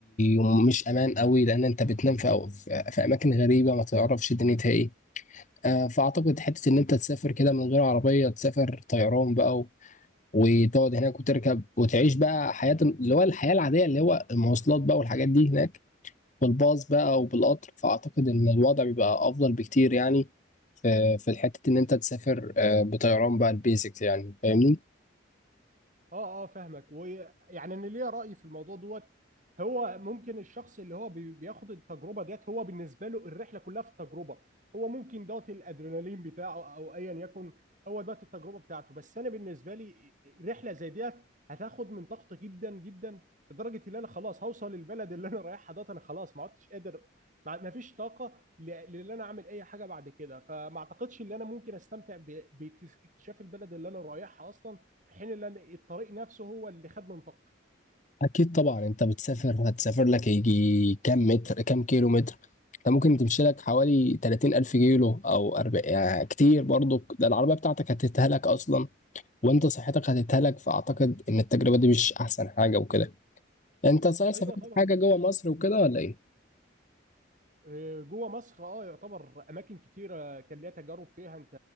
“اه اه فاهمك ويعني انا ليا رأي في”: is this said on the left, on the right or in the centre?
Right